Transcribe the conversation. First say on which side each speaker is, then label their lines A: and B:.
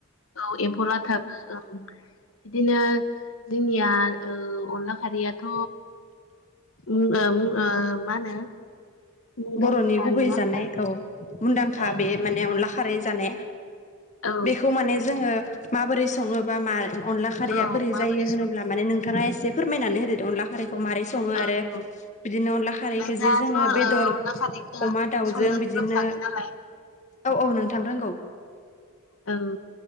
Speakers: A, on the left; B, on the left.
A: औ एम्फला थाबो औ बिदिनो जोंनिया ओ अनला खारैयाथ' उम ओ उम ओ मा होनो मुंदांखाखा
B: बर'नि गुबै
A: नङा होमबा
B: जानाय औ मुंदांखा
A: ओ
B: बे माने अनला खारै जानाया
A: औ
B: बेखौ माने जोङो माबोरै सङोबा मा अनला खारैया
A: औ
B: बोरै
A: माबोरै
B: जायो
A: सङो
B: होनोब्ला माने नोंथाङा ए से फोरमायनानै होदोदे अनला खारैखौ मारै सङो
A: औ
B: आरो
A: औ
B: बिदिनो अनला खारैखौ
A: नोंथाङाथ'
B: जे जोङो
A: ओ
B: बेदर
A: अनला खारैखौ
B: अमा दाउजों
A: संनोथ'
B: बिदिनो
A: रोंखागोन नालाय
B: औ औ नोंथां रोंगौ
A: ओं